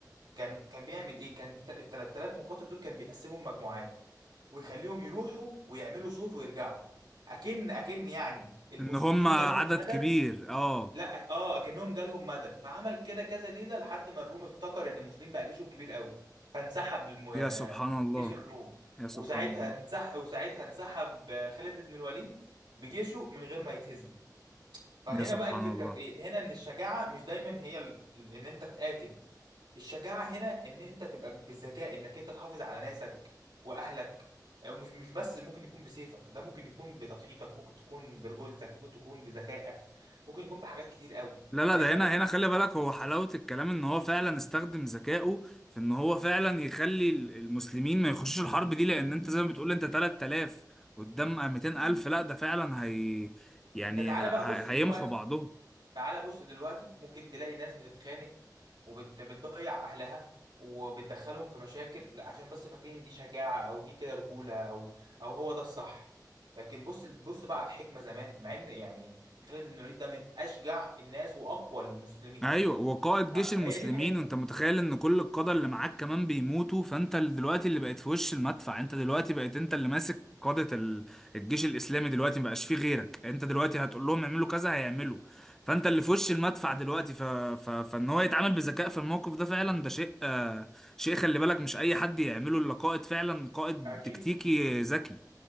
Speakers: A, on the right; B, in the centre.
A: كان كان بيعمل ايه كان ت- ال 3000 مقاتل دول كان بيقسمهم مجموعات ويخليهم يروحوا ويعملوا صوت ويرجعوا اكن اكن يعني المسلمين
B: إن هم عدد
A: جالهم مدد
B: كبير اه
A: لا اه اكنهم جالهم مدد فعمل كده كذا ليله لحد ما الروم افتكر ان المسلمين بقى جيشهم كبير قوي فانسحب الم...
B: يا سبحان الله
A: جيش الروم
B: يا سبحان
A: وساعتها
B: الله
A: انسح... وساعتها انسحب خالد بن الوليد بجيشه من غير ما يتهزم فهنا
B: يا سبحان
A: بقى الفكره
B: الله
A: في ايه هنا ان الشجاعه مش دايما هي ال... ال- ان انت تقاتل الشجاعة هنا ان انت تبقى بالذكاء انك انت تحافظ على ناسك واهلك أو مش مش بس ممكن يكون بسيفك ده ممكن يكون بتضحيتك ممكن تكون برجولتك ممكن تكون بذكائك ممكن يكون بحاجات كتير قوي
B: لا
A: لان
B: لا ده
A: احنا
B: هنا
A: بقى...
B: هنا خلي بالك هو حلاوة الكلام إن هو فعلا استخدم ذكائه في إن هو فعلا يخلي ال- المسلمين ما يخشوش الحرب دي لأن أنت زي ما بتقول أنت تلات آلاف قدام آه، ميتين ألف لا ده فعلا هي يعني
A: انت تعالى
B: ه-
A: بقى
B: ه-
A: بص دلوقتي
B: هيمحوا بعضهم
A: تعالى بص دلوقتي ممكن تلاقي ناس بتتخانق وبتضيع اهلها وبتدخلهم في مشاكل عشان بس فاكرين إن دي شجاعة او دي كده رجولة او او هو ده الصح لكن بص بص بقى على الحكمة زمان مع ان يعني خالد بن الوليد ده من اشجع الناس واقوى المسلمين
B: ايوه وقائد
A: ف-
B: جيش
A: فهي
B: المسلمين
A: دي الحكمة
B: وانت متخيل ان كل القادة اللي معاك كمان بيموتوا فانت ال- دلوقتي اللي بقيت في وش المدفع انت دلوقتي بقيت انت اللي ماسك قادة ال- الجيش الاسلامي دلوقتي مبقاش فيه غيرك انت دلوقتي هتقول لهم اعملوا كذا هيعملوا فانت اللي في وش المدفع دلوقتي ف... ف... فان هو يتعامل بذكاء في الموقف ده فعلا ده شيء آه... شيء خلي بالك مش اي حد يعمله الا قائد فعلا قائد
A: أكيد
B: تكتيكي ذكي